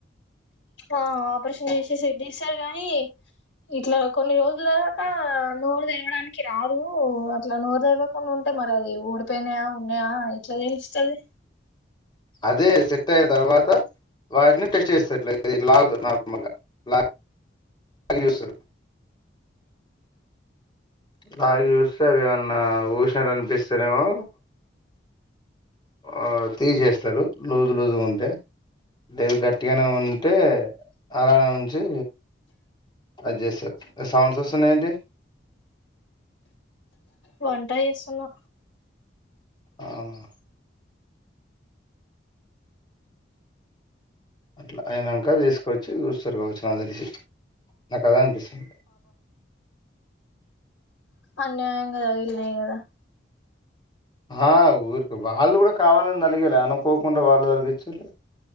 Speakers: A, on the left; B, on the left.
A: ఆ ఆపరేషన్ షెడ్ జేస్తారు గా నీ ఇట్లా కొన్ని రోజుల దాకా నోరు తెరవడానికి రాదు అట్లా నోరు తెరవకుండా ఉ అంట మరి అది ఓడిపోయినాయా ఉన్నాయా అని ఏ ట్లా తెలుస్తది
B: అదే సెట్ అయిన తర్వాత వారిని టెస్ట్ చేస్తారు ఇట్ల లాగుతరు నార్మల్ గాలా గి చూసరు నాకు చూస్తే అవి ఏమన్నా ఊసినట్ అనిపిస్తేనేమో ఆ తీసేస్తారు లూజు లూజు గ ఉంటే లేదు గట్టిగానే ఉంటే అలానే ఉంచి అద్ చేసార్ సౌండ్స్ వస్తున్నా యి ఏంటి
A: వంట చేసున్నా
B: అవునా అట్లా అయినాక తీసుకొచ్చి చూస్తారు కావచ్చు నాకు తెలిసి నాకు అదే అనిపిస్తుంది
A: అన్యాయంగ దగిల్నాయ్ కదా
B: ఆ ఊరిక వాళ్ళు కూడా కావాలని తలిగిలా అనుకోకుండా వాళ్ళు తలిగించలే